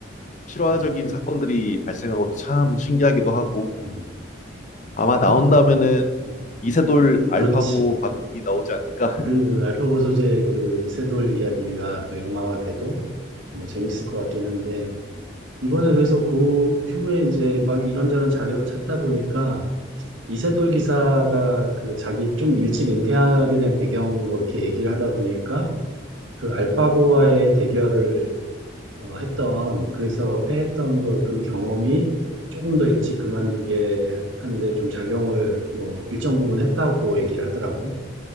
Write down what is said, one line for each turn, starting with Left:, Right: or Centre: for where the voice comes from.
Left: 실화적인
Right: 음,
Left: 사건들이 발생한 것도 참 신기하기도 하고
Right: 음,
Left: 아마
Right: 많이,
Left: 나온다면은
Right: 음,
Left: 이세돌 알파고
Right: 그렇지.
Left: 바둑이 나오지 않을까? <laughs>
Right: 그, 알파고 소재의 그 이세돌 이야기가 또 영화가 돼도 뭐 재밌을 것 같긴 한데, 이번에 그래서 그 후에 이제 막 이런저런 자료를 찾다 보니까 이세돌 기사가 그 자기 좀 일찍 은퇴하게 된 배경 뭐 이렇게 얘기를 하다 보니까 그 알파고와의 대결을 어, 했던, 그래서 패했던 거, 그 경험이 조금 더 일찍 그만두게 하는데 좀 작용을 뭐 일정 부분 했다고 얘기를 하더라고.